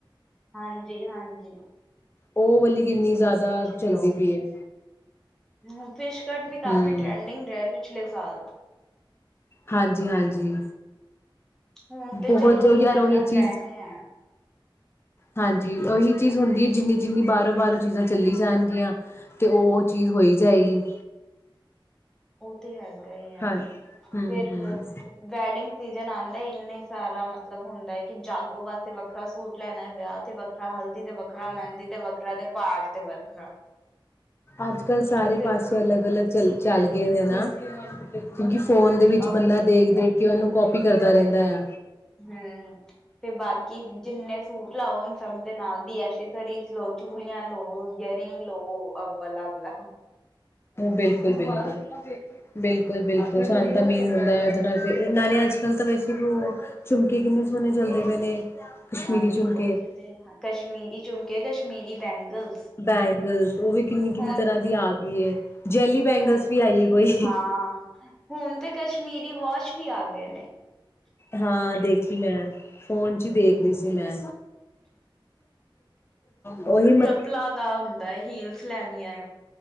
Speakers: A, in the centre; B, on the left.
A: ਹਾਂਜੀ-ਹਾਂਜੀ।
B: ਓ ਵਾਲੀ ਕਿੰਨੀ ਜਾਦਾ ਚਲਦੀ
A: ਸੀ ਉਹ।
B: ਪਈ ਏ।
A: ਹੂੰ ਫਿਸ਼ਕਟ ਵੀ
B: ਹਮ
A: ਕਾਫੀ ਟਰੈਂਡਿੰਗ ਰੇਆ ਪਿਛਲੇ ਸਾਲ
B: ਹਾਂਜੀ-ਹਾਂਜੀ।
A: ਹੁਨ ਤੇ
B: ਬਹੁਤ
A: ਚਲੋ ਓਦਾ
B: ਯਾਰ
A: ਏਨਾ
B: ਉਹੀ ਚੀਜ਼
A: ਟਰੈਂਡ ਨੀ ਹੈ।
B: ਹਾਂਜੀ ਓਹੀ ਚੀਜ਼ ਹੁੰਦੀ ਐ ਜਿੰਨੀ-ਜਿੰਨੀ ਬਾਰੋਂ-ਬਾਰੋਂ ਚੀਜ਼ਾਂ ਚੱਲੀ ਜਾਣਗੀਆਂ ਤੇ ਓ ਚੀਜ਼ ਹੋਈ
A: ਹਮ,
B: ਜਾਏਗੀ।
A: ਤੇ ਹੈਗਾ
B: ਹਾਂ
A: ਐ
B: ਹੂੰ-ਹੂੰ
A: ਫਿਰ ਵੈਡਿੰਗ ਸੀਜਨ ਆਦਾ ਏਨੇ ਸਾਰਾ ਮਤਲਬ ਹੁੰਦਾ ਐ ਕਿ ਜਾਗੋ ਵਾਸਤੇ ਵੱਖਰਾ ਸੂਟ ਲੈਣਾ ਵਿਆਹ ਤੇ ਵੱਖਰਾ ਹਲਦੀ ਤੇ ਵੱਖਰਾ ਮੈਂਦੀ ਤੇ ਵੱਖਰਾ ਤੇ ਪਾਾਠ ਤੇ ਵੱਖਰਾ
B: ਅੱਜ-ਕੱਲ ਸਾਰੇ
A: ਫਿਰ
B: ਪਾਸੇ ਤੋਂ ਅਲੱਗ-ਅਲੱਗ ਚਲ ਚੱਲ ਗਏ ਨਾ ਕਿਉਂਕਿ
A: ਹੂੰ
B: ਫੋਨ ਦੇ ਵਿੱਚ
A: ਅ
B: ਬੰਦਾ ਦੇਖ-ਦੇਖ ਕਿ ਉਨੂੰ ਕੋਪੀ ਕਰਦਾ ਰੈਦਾ ਐ।
A: ਹੂੰ, ਤੇ ਬਾਕੀ ਜਿੰਨੇ ਸੂਟ ਲਾਓ ਸਭ ਦੇ ਨਾਲ ਦੀ ਐਸਸ ਰੀਜ ਲੋ ਚੁੜੀਆਂ ਲੋ ਗੈਰਿੰਗ ਲੋ ਅ ਬਲਾ-ਬਲਾ
B: ਬਿਲਕੁਲ-ਬਿਲਕੁਲ। ਬਿਲਕੁਲ-ਬਿਲਕੁਲ ਸਾਨੂੰ ਤਾਂ ਮੇਨ ਹੁੰਦਾ ਅੱਜ <unintelligible> ਨਾਲੇ ਅੱਜ-ਕੱਲ ਤਾਂ ਵੈਸੇ ਵੀ ਓ ਝੁਮਕੇ ਕਿੰਨੇ ਸੋਣੇ ਚੱਲਦੇ ਪਏ ਨੇ ਕਸ਼ਮੀਰੀ
A: ਹਾਂਜੀ
B: ਝੁਮਕੇ
A: ਓਈ ਓ ਤੇ ਕਸ਼ਮੀਰੀ ਚੁਮਕੇ, ਕਸ਼ਮੀਰੀ ਬੈਂਗਲਸ
B: ਬੈਂਗਲਸ ਓਵੀ ਕਿੰਨੀ-ਕਿੰਨੀ
A: ਹੁਣ
B: ਤਰ੍ਹਾਂ ਦੀ ਆ ਗਈ ਐ। ਜੈਲੀ ਬੈਂਗਲਸ
A: ਹੁਣ
B: ਵੀ ਆਈ ਐ ਕੋਈ।
A: ਹਾਂ ਹੁਣ ਤੇ ਕਸ਼ਮੀਰੀ ਵੋਸ਼ ਵੀ ਆ ਗਏ ਨੇ।
B: ਹਾਂ ਦੇਖੀ ਮੈਂ ਫ਼ੋਨ 'ਚ ਈ ਦੇਖ ਰੀ ਸੀ ਮੈਂ। ਉਹੀ ਮੈਂ
A: ਪਲਾ ਦਾ ਹੁੰਦਾ ਐ ਹੀਲਸ ਲੈਣੀ ਐ।